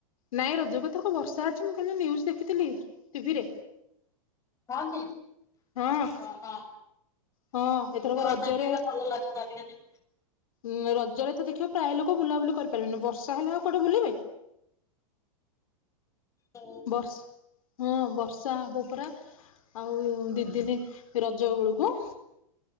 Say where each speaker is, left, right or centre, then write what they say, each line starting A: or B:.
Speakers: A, on the left; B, on the left.
A: ନାଇଁ ରଜ କୁ ଏଥରକ ବର୍ଷା ଅଛି ମୁଁ କାଲି ନ୍ୟୁଜ ଦେଖିଥିଲି ଟିଭିରେ।
B: ହଁ କି
A: ହଁ
B: ଓ ହୋ।
A: ହଁ ଏଥରକ
B: ହଁ
A: ରଜରେ
B: ତାକି ହେଲେ ଭଲ ଲାଗାନ୍ତା ଟିକେ।
A: ଉଁ ରଜରେ ତ ଦେଖିବ ପ୍ରାୟ ଲୋକ ବୁଲାବୁଲି କରିପାରିବେନି। ବର୍ଷା ହେଲେ ଆଉ କୋଉଠେ ବୁଲିବେ?
B: ଓ
A: ବର୍ଷା ହଁ ବର୍ଷା ହବ ପୁରା ଆଉ ଦିଦିନି ରଜ ବଳକୁ।